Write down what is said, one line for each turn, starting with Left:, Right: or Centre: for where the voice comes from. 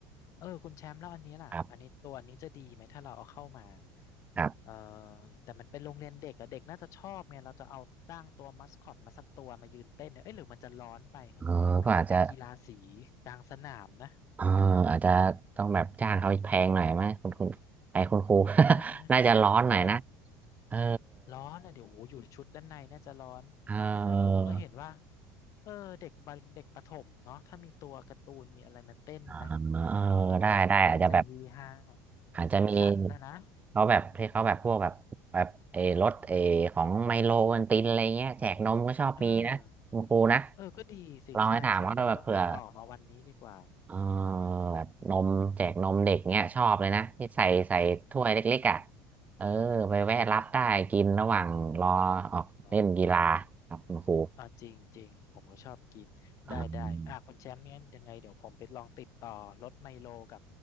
Left: เออคุณแชมป์แล้วอันนี้ล่ะอันนี้ตัวนี้จะดีไหมถ้าเราเอาเข้ามา
Right: ครับครับ
Left: เออแต่มันเป็นโรงเรียนเด็กอะเด็กน่าจะชอบเนี่ยเราจะเอาตั้างตัวมัสคอตมาสักตัวมายืนเต้นเนี่ยเอ้ยหรือมันจะร้อนไปครับมันก็เป็นกีฬาสี
Right: เออก็อาจจะ
Left: กลางสนามนะ
Right: เอออาจจะต้องแบบจ้างเขาแพงหน่อยไหมคุณคุณไอ้คุณครู
Left: ใช่ไหม
Right: <laughs> น่าจะร้อนหน่อยนะ
Left: เออ
Right: เออ
Left: ร้อนอ่ะเดี๋ยวโอ้โหอยู่ชุดด้านในน่าจะร้อน
Right: เอ
Left: แต่ผมก็เห็นว่า
Right: อ
Left: เออเด็กบันเด็กประถมเนาะถ้ามีตัวการ์ตูนมีอะไรมาเต้นนะ
Right: อ่าเออได้ได้อาจจะแบบ
Left: มันจะเฮฮา
Right: อาจจะมี
Left: สีสันนะนะ
Right: เขาแบบที่เขาแบบพวกแบบแบบเออรถเออของไมโลวันตินอะไรเงี้ยแจกนมก็ชอบมีนะคุณครูนะ
Left: เออเออก็ดีสิใช่ใช่โอ้ต้องติดต่อมาวันนี้ดีกว่า
Right: ลองไปถามเขาดูแบบเผื่อเออแบบนมแจกนมเด็กเงี้ยชอบเลยนะที่ใส่ใส่ถ้วยเล็กๆอ่ะ
Left: อ่า
Right: เออไปแวะรับได้กินระหว่างรอออกเล่นกีฬาครับคุณครู
Left: ได้อ๋อ อ่าจริงจริงผมก็ชอบกินได้ได้อ่ะคุณแชมป์เนี่ยยังไงเดี๋ยวผมไปลองติดต่อรถไมโลกับ
Right: อืม